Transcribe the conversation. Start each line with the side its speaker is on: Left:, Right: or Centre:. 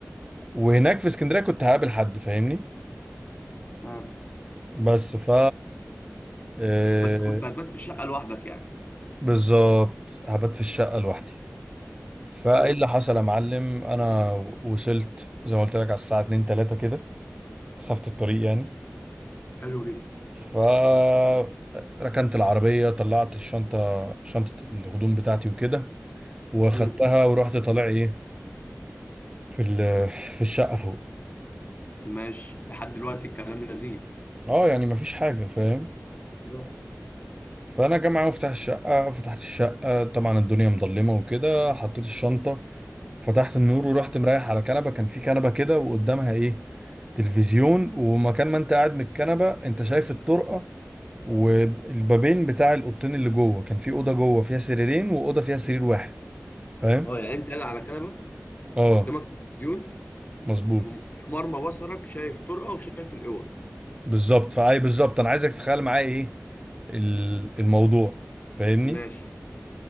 Right: وهناك في اسكندرية كنت هقابل حد فاهمني
Left: آه.
Right: بس ف آه،
Left: بس كنت هتبات في الشقة لوحدك يعني
Right: بالظبط هبات في الشقة لوحدي فايه
Left: حلو
Right: اللي حصل يا معلم انا وصلت زي ما قلت لك على الساعة 2 3 كده مسافة الطريق يعني
Left: حلو جدا
Right: فركنت العربية طلعت الشنطة شنطة الهدوم بتاعتي وكده واخدتها
Left: امم
Right: ورحت طالع ايه في ال- في الشقة فوق
Left: ماشي لحد دلوقتي الكلام لذيذ
Right: اه يعني مفيش حاجة فاهم
Left: بالظبط
Right: فانا جامعة مفتاح الشقة فتحت الشقة طبعا الدنيا مظلمة وكده حطيت الشنطة فتحت النور ورحت مريح على كنبة كان في كنبة كده وقدامها ايه تلفزيون ومكان ما انت قاعد من الكنبة انت شايف الطرقة والبابين بتاع الاوضتين اللي جوه كان في اوضه جوه فيها سريرين واوضه فيها سرير واحد فاهم
Left: اه يعني انت قاعد على كنبه
Right: اه
Left: قدامك تلفزيون
Right: مظبوط
Left: في في مرمى بصرك شايف طرقه وشايف الاوض
Right: بالظبط فاي بالظبط انا عايزك تتخيل معايا ايه ال- الموضوع فاهمني
Left: ماشي